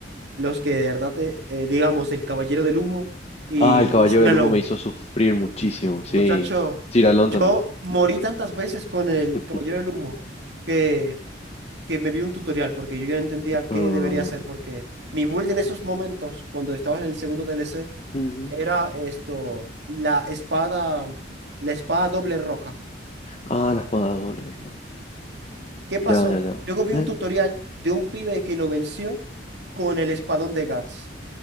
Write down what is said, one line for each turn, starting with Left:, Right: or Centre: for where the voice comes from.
Right: Los que de verdad, te, eh, digamos, el Caballero del Humo y,
Left: Ah, el Caballero
Right: y Sir
Left: del
Right: Alon.
Left: Humo me hizo sufrir muchísimo, sí.
Right: Muchacho,
Left: Ciralón
Right: yo
Left: también.
Right: morí tantas veces con el
Left: <laughs>
Right: Caballero del Humo que, que me vi un tutorial porque yo ya no entendía
Left: Ah,
Right: qué debería hacer porque mi build en esos momentos, cuando estaba en el segundo DLC,
Left: ujú.
Right: era esto, la espada, la espada doble roja.
Left: Ah, la espada de doble, ¿no?
Right: ¿Qué
Left: Ya,
Right: pasó?
Left: ya, ya.
Right: Luego vi
Left: ¿Eh?
Right: un tutorial de un pibe que lo venció con el espadón de Guts.